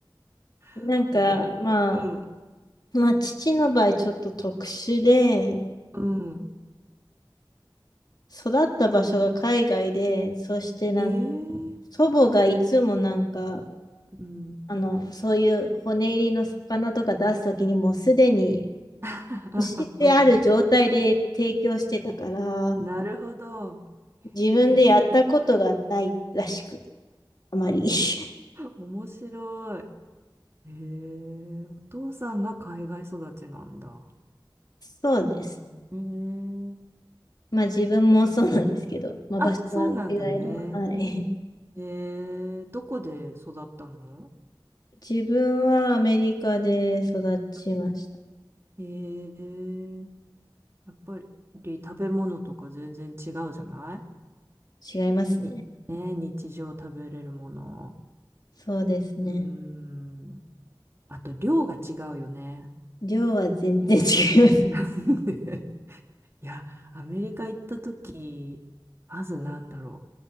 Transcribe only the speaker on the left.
なんか、
まあ、
まあ、父の場合、ちょっと特殊で、
育った場所が海外で、そしてなんか、
祖母がいつもなんか、
あの、そういう骨入りの魚とか出すときにもうすでに
してある状態で提供してたから、
自分でやったことがないらしく、
あまり。<laughs>
そうです。
まあ自分もそうなんですけど、まあ場所は違えど、
はい。
自分はアメリカで育ちました。
違いますね。
そうですね。
量は全然違いますね。